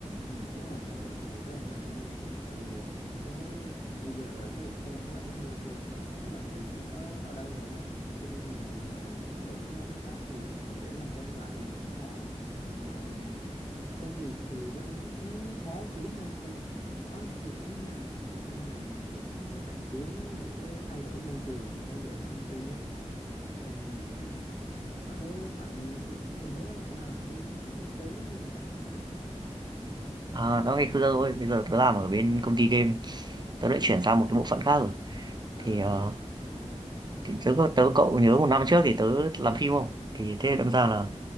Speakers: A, on the left; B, on the right.
A: Ừ, đúng rồi, dạo này thì tớ vẫn làm công ty cũ tại vì tớ thấy bây giờ tớ cũng quen với lại cái môi trường với lại cách làm việc của ở đây rồi á cho nên là giờ mà muốn đổi qua cái khác thì để làm quen lại thì cũng khó mà công việc thì bữa nay cũng khó kiếm hơn cơ cũng khó nhảy việc lắm đó nha nên là mình cũng hạn chế để thay đổi môi trường thay đổi công ty á thì <clears throat> bạn thấy bạn mình nhớ bạn làm bên kinh tế gì mà phải không ta
B: à đó ngày xưa thôi bây giờ tớ làm ở bên công ty game tớ lại chuyển sang một cái bộ phận khác rồi
A: à
B: thì, ờ, thì tớ có- tớ cậu nhớ một năm trước thì tớ làm phim không thì thế đâm ra là